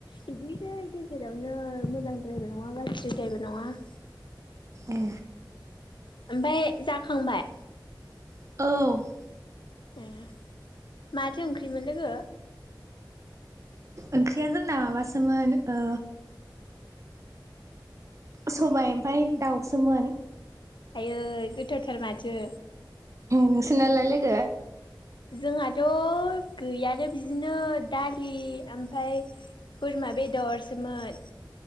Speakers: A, on the left (about 70°); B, on the right (about 40°).
A: बिदिनोसै गेजेरावनो मोजां द्रायबो नङा गाज्रि द्रायबो नङा <inaudible>
B: ए
A: ओमफाय जाखांबाय
B: औ
A: ए माथो ओंख्रिमोन लोगो?
B: ओंख्रिया जोंना माबासोमोन ओ सबाय ओमफफ्राय दाउसोमोन
A: आयै गोथावथार माथो।
B: नोंसानालाय लोगो
A: जोंहाथ' गैयानो बिदिनो दालि ओमफ्राय बोरमा बेदरसोमोन ।